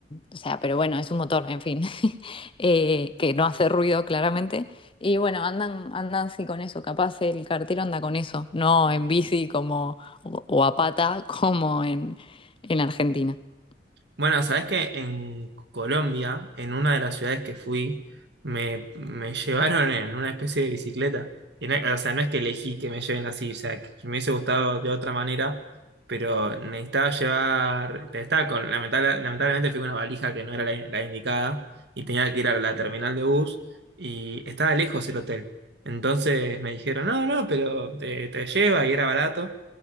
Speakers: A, on the left; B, on the right.
A: o sea, pero bueno, es un motor, en fin, <laughs> Eh, que no hace ruido claramente. Y bueno, andan, andan sí con eso, capaz el cartero anda con eso, no en bici como, o, o a pata <laughs> como en, en Argentina. <laughs>
B: Bueno, sabes que en Colombia, en una de las ciudades que fui, me, me llevaron en una especie de bicicleta. Y no- o sea, no es que elegí que me lleven así, o sea, que me hubiese gustado de otra manera, pero necesitaba llevar, estaba con, lamentable- lamentablemente fui con una valija que no era la, la indicada y tenía que ir a la terminal de bus y estaba lejos el hotel. Entonces me dijeron, no, no, pero te, te lleva y era barato.